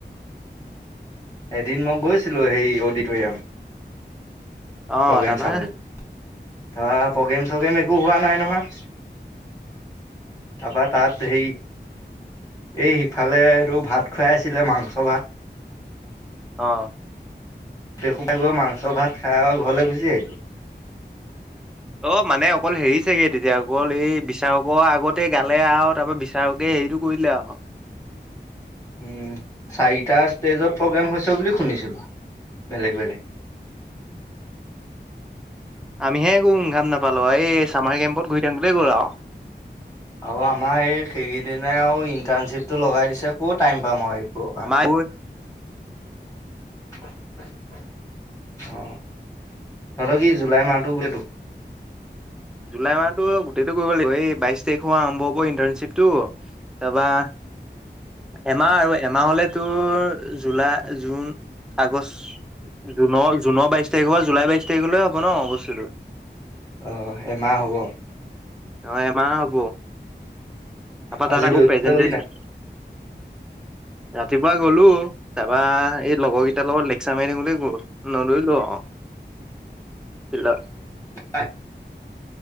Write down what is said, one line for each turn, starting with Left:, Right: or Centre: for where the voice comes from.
Left: <inaudible> এদিন মই গৈছিলোঁ, হেৰি অডিটৰিয়াম।
Centre: অ
Left: প্ৰ'গ্ৰেম
Centre: তাৰপা
Left: চাবলৈ। ধৰা প্ৰ'গ্ৰেম-চ'গ্ৰেম একো হোৱা নাই নহয়। তাৰপা তাত হেৰি এই সিফালেটো ভাত খুৱাই আছিলে, মাংস ভাত।
Centre: অ'।
Left: গোটেইসোপাই গৈ মাংস ভাত খাই আৰু ঘৰলৈ গুচি আহিলোঁ।
Centre: অ', মানে অকল হেৰি চাগে, তেতিয়া অকল এই বিচাৰকৰ আগতে গালে আৰু তাৰপৰা বিচাৰকে হেৰিটো কৰি দিলে আৰু।
Left: উম, চাৰিটা ষ্টেজত প্ৰ'গ্ৰেম হৈছে বুলি শুনিছিলোঁ বেলেগ, বেলেগ।
Centre: আমিহে একো উম-ঘাম নাপালোঁ! এই ছামাৰ কেম্পত ঘূৰি থাকোতেই গ'ল আৰু।
Left: আৰু আমাৰ এই সেইকেইদিনাই আৰু ইণ্টাৰ্ণশ্বিপটো লগাই দিছে ক'ত টাইম পাম আৰু। এইবোৰৰ
Centre: আমাৰ পৈ
Left: অহ, সিহঁতৰ কি জুলাই মাহটো বোলে
Centre: জুলাই মাহটো গোটেইটো কৰিব লাগিব এই বাইশ তাৰিখৰ পৰা আৰম্ভ হ'ব ইণ্টাৰ্ণশ্বিপটো তাৰপৰা এমাহ আৰু এমাহ হ'লে তোৰ জুলাই, জুন, আগষ্ট জুনৰ জুনৰ বাইশ তাৰিখৰ পৰা জুলাই বাইশ তাৰিখলে হ'ব ন' বস্তুটো।
Left: অহ, এমাহ হ'ব।
Centre: অ', এমাহ হ'ব। তাপা
Left: আজি
Centre: তাত আকৌ
Left: দৌৰিবলৈ
Centre: প্ৰেজেণ্টচন
Left: গ'লি নাই?
Centre: ৰাতিপুৱা গ'লো তাৰপা এই লগৰকেইটাৰ লগত লেকচাৰ মাৰি থাকোতে গ'ল নদৌৰিলো আৰু ফিল্ডত।
Left: হয়।